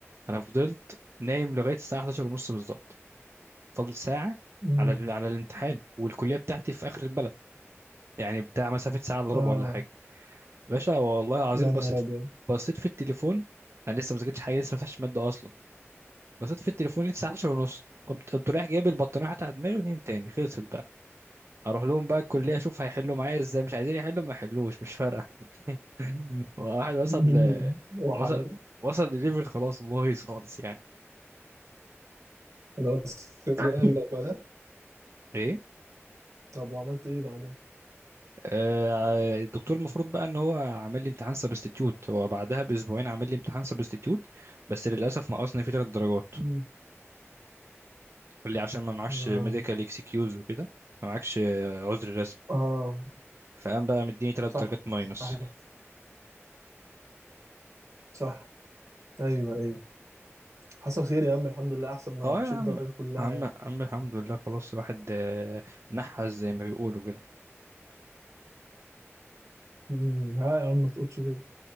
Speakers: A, on the right; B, on the right.
A: انا فضلت نايم لغايه الساعه 11 ونص بالظبط فاضل ساعه
B: مم.
A: على ال- على الامتحان والكليه بتاعتي في اخر البلد يعني بتاع مسافه ساعه الا ربع
B: اه
A: ولا حاجه باشا والله العظيم
B: يا
A: بصيت
B: نهار ابيض
A: بصيت في التليفون انا لسه ما ذاكرتش حاجه لسه ما فتحتش ماده اصلا بصيت في التليفون لقيت الساعه 11 ونص قمت قمت رايح جايب البطانيه حتى على دماغي ونمت تاني خلصت بقى اروح لهم بقى الكليه اشوف هيحلوا معايا ازاي مش عايزين يحلوا ما يحلوش مش فارقه <laughs> واحد وصل
B: <laughs>
A: ل...
B: وحل
A: وصل وصل لليفل خلاص بايظ خالص يعني
B: خلاص كده
A: <laughs>
B: لا بلا
A: <coughs> ايه
B: طب وعملت ايه بعدها
A: آه الدكتور المفروض بقى ان هو عامل لي امتحان سبستيتيوت هو بعدها باسبوعين عامل لي امتحان سبستيتيوت بس للاسف نقصني فيه ثلاث درجات
B: مم.
A: قال لي عشان ما معكش
B: اه
A: ميديكال اكسكيوز وكده ما معكش آه، عذر رسمي
B: اه
A: فقام بقى مديني تلات
B: صح
A: درجات ماينس
B: صحيح صح ايوه ايوه حصل خير يا عم الحمد لله احسن ما
A: اه
B: تشيل
A: يا عم
B: الدرجه كلها
A: عم
B: يعني
A: عم الحمد لله خلاص الواحد آه، نحس زي ما بيقولوا كده
B: مم. لا يا عم ما تقولش كده